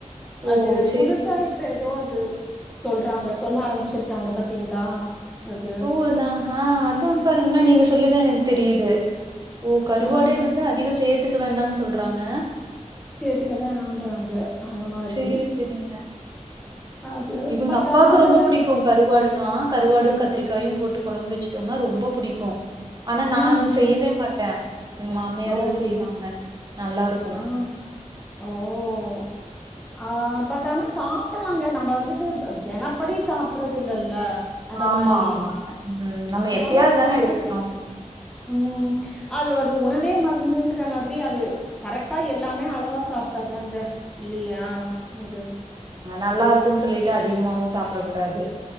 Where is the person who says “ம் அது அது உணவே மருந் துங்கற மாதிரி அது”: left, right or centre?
Centre